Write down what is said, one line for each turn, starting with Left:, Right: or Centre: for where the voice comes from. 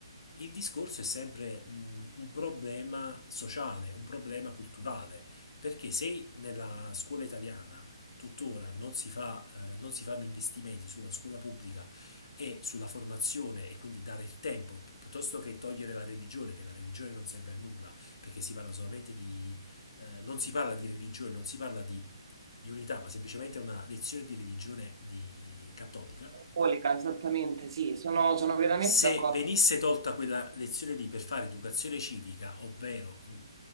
Left: Il discorso è sempre un, un problema sociale, un problema culturale, perché se nella scuola italiana tuttora non si fa, eh, non si fanno investimenti sulla scuola pubblica e sulla formazione e quindi dare il tempo, pi- piuttosto che togliere la religione, che la religione non serve a nulla, perché si parla solamente di... eh, non si parla di religione, non si parla di, di unità, ma semplicemente una lezione di religione di- cattolica,
Right: Colica, esattamente, sì, sono, sono veramente
Left: se
Right: d'accordo
Left: venisse tolta quella lezione lì per fare educazione civica, ovvero mh,